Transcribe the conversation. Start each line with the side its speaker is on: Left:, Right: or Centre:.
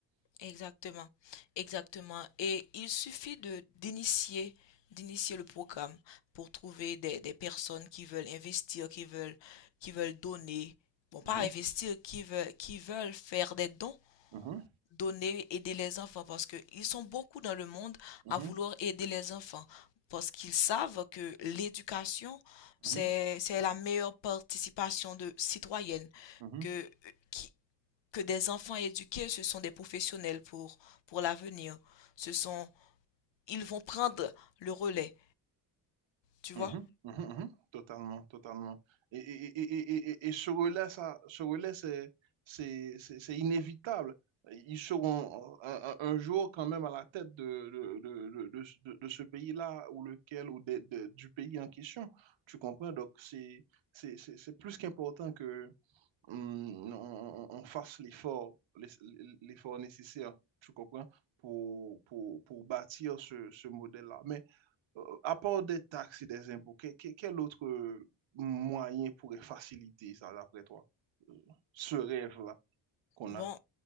Left: exactement, exactement. Et il suffit de d'initier, d'initier le programme pour trouver des, des personnes qui veulent investir, qui veulent, qui veulent donner. Bon, pas
Right: Mhm,
Left: investir, qui veulent, qui veulent faire des dons
Right: mhm,
Left: donner, aider les enfants parce que ils sont beaucoup dans le monde
Right: mhm,
Left: à vouloir aider les enfants parce qu'ils savent que l'éducation, c'est,
Right: mhm,
Left: c'est la meilleure participation de citoyenne
Right: mhm,
Left: que, qui- que des enfants éduqués, ce sont des professionnels pour, pour l'avenir. Ce sont, ils vont prendre le relais, tu
Right: mhm,
Left: vois?
Right: mhm, mhm. Totalement, totalement. Et, et, et- et- et- et ce relais, ça, ce relais, c'est, c'est, c'est- c'est inévitable. Ils seront un, un- un jour quand même à la tête de, de, de, de, de ce de- ce pays-là ou lequel ou des- des- du pays en question. Tu comprends? Donc, c'est, c'est, c'est c'est plus qu'important hum, on, on- on fasse l'effort, l'es- l'effort nécessaire, tu comprends, pour, pour, pour bâtir ce, ce modèle-là. Mais euh, à part des taxes et des impôts, que- que- quel, autre moyen pourrait faciliter ça, d'après toi, ce rêve-là qu'on
Left: Bon,
Right: a?